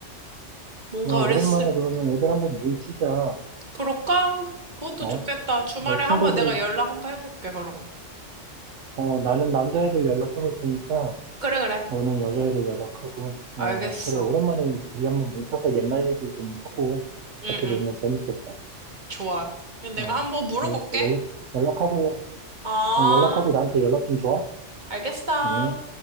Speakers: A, on the right; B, on the right.
A: 뭔가
B: 야, 오랜만에
A: 어렸을
B: 그러면
A: 때.
B: 애들 한번 뭉치자.
A: 그럴까? 그것도
B: 어?
A: 좋겠다. 주말에
B: 너 친구들
A: 한번 내가 연락 한번 해볼게, 그러면.
B: 어, 나는 남자애들 연락해 볼 테니까
A: 그래, 그래.
B: 너는 여자애들 연락하고, 어,
A: 알겠어.
B: 그래, 오랜만에 우리 한번 뭉쳐서 옛날 얘기 좀 하고
A: 응,
B: 같이
A: 응.
B: 놀면 재밌겠다. 야.
A: 좋아. 그럼 내가
B: 어,
A: 한번 물어볼게.
B: 알겠어. 연, 연락하고,
A: 아,
B: 어, 연락하고 나한테 연락 좀 줘.
A: 알겠어.
B: 응.